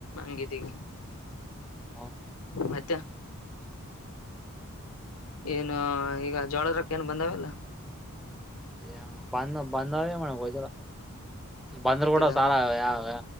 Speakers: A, on the left (about 70°); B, in the centre.
A: ಹೆಂಗಿದೆ ಈಗ
B: ಹ
A: ಮತ್ತೆ ಏನು ಈ ಈಗ ಜೋಳದ್ರಕ್ಕ ಏನ್ ಬಂದಾವೆಲ್ಲ
B: ಯ ಬಾ ಬಾಧಾವ ಮಾಡೋ ಹೋಧೀಲ ಬಂದರು
A: ಗೊತ್ತಿಲ್ಲ.
B: ಕೂಡ ಸಾಲ ಯಾವಾಗ